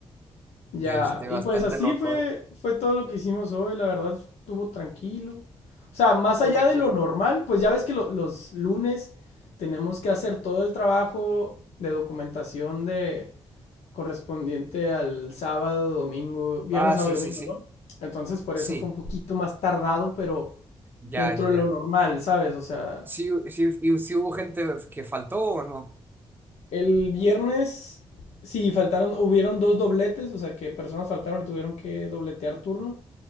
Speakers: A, on the left; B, on the right.
A: Ya,
B: De este
A: y
B: bastante
A: pues así
B: loco,
A: fue,
B: ¿eh?
A: fue todo lo que hicimos hoy, la verdad estuvo tranquilo. O sea, más
B: Todo
A: allá
B: tranquilo.
A: de lo normal, pues ya ves que lo- los lunes tenemos que hacer todo el trabajo de documentación de, correspondiente al sábado, domingo, viernes,
B: Ah,
A: sábado
B: sí,
A: y domingo,
B: sí, sí.
A: ¿no? Entonces por
B: Sí,
A: eso fue un poquito más tardado, pero
B: ya,
A: dentro
B: ya, ya.
A: de lo normal, ¿sabes? O sea,
B: Sí, sí, y sí hubo gente que faltó o no.
A: el viernes sí faltaron, hubieron dos dobletes, o sea que personas faltaron y tuvieron que dobletear turno.